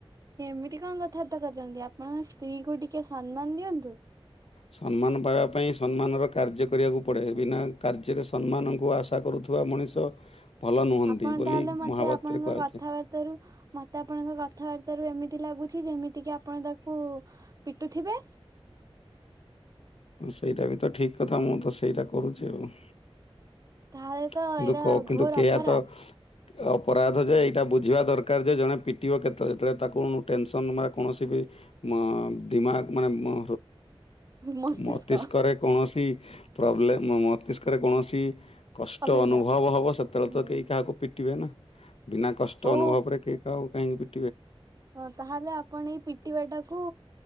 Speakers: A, on the right (about 35°); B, on the left (about 80°).
A: ଏମିତି କଣ କଥାବାର୍ତା କରୁଛନ୍ତି। ଆପଣଙ୍କ ସ୍ତ୍ରୀ କୁ ଟିକେ ସମ୍ମାନ ଦିଅନ୍ତୁ।
B: ସମ୍ମାନ ପାଇବା ପାଇଁ ସମ୍ମାନର କାର୍ଯ୍ୟ କରିବାକୁ ପଡ଼େ। ବିନା କାର୍ଯ୍ୟରେ ସମ୍ମାନଙ୍କୁ ଆଶା କରୁଥିବା ମଣିଷ ଭଲ ନୁହନ୍ତି।
A: ଆପଣ
B: ବୋଲି
A: ତାହେଲେ ମତେ
B: ମହାଭାରତରେ
A: ଆପଣଙ୍କ
B: କୁହାଯାଇଥାଏ।
A: କଥାବାର୍ତ୍ତାରୁ ମତେ ଆପଣଙ୍କ କଥାବାର୍ତ୍ତା ର ଏମିତି ଲାଗୁଛି। ଯେମିତି କି ଆପଣ ତାକୁ ପିଟୁଥିବେ।
B: ହଁ ସେଇଟା ବି ତ ଠିକ୍ କଥା ମୁଁ ତ ସେଇଟା କରୁଛି। ଆଉ
A: ତାହେଲେ ତ
B: କିନ୍ତୁ
A: ଏଇଟା
B: କ କିନ୍ତୁ
A: ଘୋର
B: କେୟା
A: ଅପରାଧ
B: ତ ଅପରାଧ ଯେ ଏଇଟା ବୁଝିବା ଦରକାର ଯେ ଜଣେ ପିଟିବ କେତେବେଳେ ଯେତେବେଳେ ତାକୁ ଟେନସନ ବା କୌଣସି ବି ଅ ଦିମାଗ ମାନେ ମ
A: ମସ୍ତିଷ୍କ
B: ମସ୍ତିଷ୍କରେ କୌଣସି ପ୍ରୋବ୍ଲେମ୍ ମସ୍ତିଷ୍କରେ କୌଣସି କଷ୍ଟ
A: ଅସୁବିଧା।
B: ଅନୁଭବ ହେବ ସେତେବେଳେ
A: ହୁଁ
B: ତ କେହି କାହାକୁ ପିଟିବେ ନା ବିନା କଷ୍ଟ
A: ଓ
B: ଅନୁଭବରେ କେହି ଆଉ କାହିକି
A: ହଁ ତାହେଲେ ଆପଣ ଏଇ ପିଟିବା ଟାକୁ